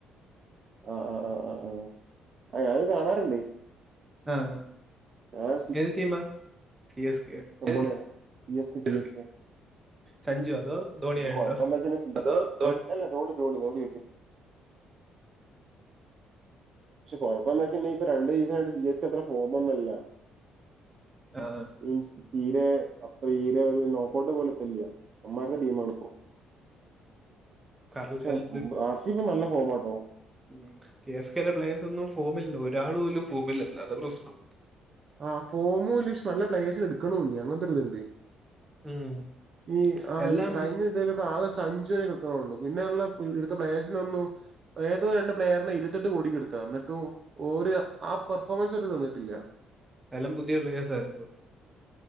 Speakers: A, on the right; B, on the right.
A: ആഹ് ആഹ് ആഹ് ആഹ് ആഹ് ആഹ് ഞാനും കാണാറുണ്ട്.
B: ആഹ്
A: ഞാൻ
B: ഏത് ടീമാ സി എസ് കെയോ?
A: സൊ പൊളിയാണ് സി എസ് ക്കെ ചെറിയൊരു <unintelligible>
B: സഞ്ജു അതോ ധോണി
A: പക്ഷെ
B: ആയുണ്ടോ
A: കൊഴപ്പ എന്താച്ചാല് <unintelligible> ധോ ധോണി അല്ല ധോണി ധോണി ധോണി കിട്ടി പക്ഷെ കൊഴപ്പന്താന്ന് വച്ചിട്ടണ്ടെങ്കി ഇപ്പ രണ്ടീസം ആയിട്ട് സി എസ് കേ അത്ര ഫോം ഒന്നും അല്ല.
B: അതെ
A: മീൻസ് തീരെ അത്ര തീരെ ഒരു ലോക്കൗട്ട് പോലെത്തെല്ല അവന്മാരുടെ ടീം ആണ് ഇപ്പോ
B: കർല-
A: പക്ഷെ
B: അല്ല,
A: ഉം ആർ സി ബി നല്ല ഫോമാട്ടോ
B: ഉം കെ എസ് കെ ടെ പ്ലേയേഴ്സ് ഒന്നും ഫോമിലല്ല ഒരാള് പോലും ഫോമിലല്ലാ അതാ പ്രശ്നം.
A: ആഹ് ഫോമോല് ഷ് നല്ലെ പ്ലെയേഴ്സ്നെ ഇട്ക്ക്ണൂല്ല്യാ അങ്ങൻത്തൊര്ത്ണ്ട്
B: ഉം.
A: ഈ ആഹ്
B: എല്ലാം
A: ഈ കഴിഞ്ഞ ഇതേലൊക്കെ ആകെ സ് സഞ്ജുവിനെ കിട്ടുണൊള്ളൂ പിന്നെ ഉള്ള ഇവിടുത്തെ പ്ലയേഴ്സിനൊന്നും ഏതോ രണ്ട് പ്ലെയറിനെ ഇരെത്തെട്ട് കോടിക്കെട്ത്തതാ ന്നിട്ടും ഓര് ആ പെർഫോമെൻസ് ഓര് തന്നിട്ടില്ല്യാ
B: എല്ലാം പുതിയ പ്ലെയേസായിര്ന്നു